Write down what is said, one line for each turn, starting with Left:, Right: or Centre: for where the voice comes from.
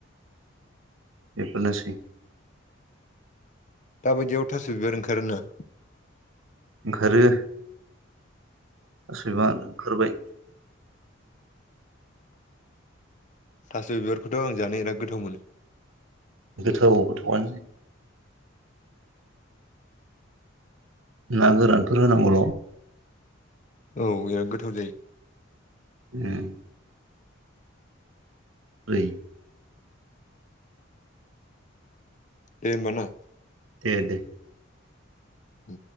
Right: बेफोरनोसै
Left: दााबायदियाव थास' बिबार ओंखारोना।
Right: ओंखारखार सबां ओंखारबाय।
Left: थास' बिबारखौथ' आं जानो बिराद गोथाव मोनो।
Right: गोथौ गोथौआनो। ना गोरानफोर होनांगौल'।
Left: औ बे गोथाव जायो।
Right: <unintelligible> ओै
Left: दे होमबा ना?
Right: दे द
Left: उ